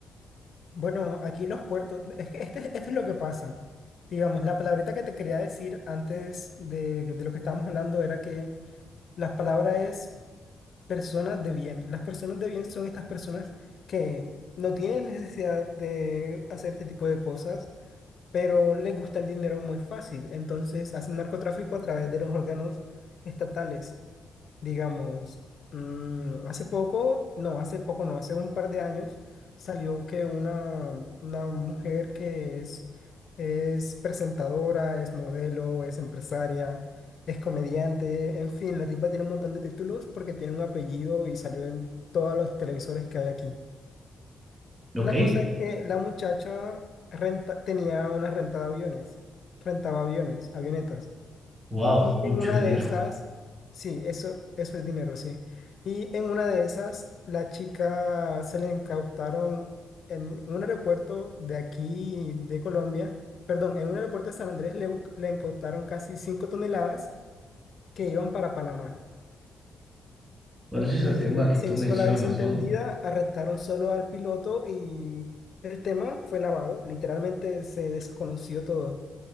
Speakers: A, on the left; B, on the right.
A: bueno, aquí los puertos, es que este, esto es lo que pasa. Digamos, la palabrita que te quería decir antes de, de lo que estábamos hablando era que la palabra es personas de bien. Las personas de bien son estas personas que no tienen necesidad de hacer este tipo de cosas pero les gusta el dinero muy fácil. Entonces hacen narcotráfico a través de los órganos estatales. Digamos, mm, hace poco, no, hace poco, no, hace un par de años salió que una, una mujer que es, es presentadora, es modelo, es empresaria, es comediante, en fin, la tipa tiene un montón de títulos porque tiene un apellido y salió en todos los televisores que hay aquí.
B: Ok,
A: La cosa es que la muchacha renta, tenía una renta de aviones, rentaba aviones, avionetas.
B: wow,
A: Y
B: mucho
A: en una
B: dinero.
A: de esas,
B: <laughs>
A: sí, eso, eso es dinero, sí. Y en una de esas, la chica se le incautaron en un aeropuerto de aquí, de Colombia, perdón, en un aeropuerto de San Andrés le, bu- le incautaron casi 5 toneladas que iban para Panamá.
B: Bueno, ese
A: Y
B: es el tema
A: ella
B: que
A: se
B: tú
A: hizo
B: mencionas,
A: la desentendida,
B: ¿no?
A: arrestaron solo al piloto y el tema fue lavado. Literalmente se desconoció todo.